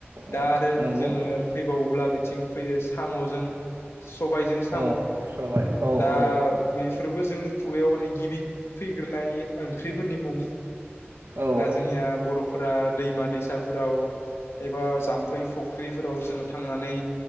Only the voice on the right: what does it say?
औ
नंगौ
औ सबाय औ
औ
औ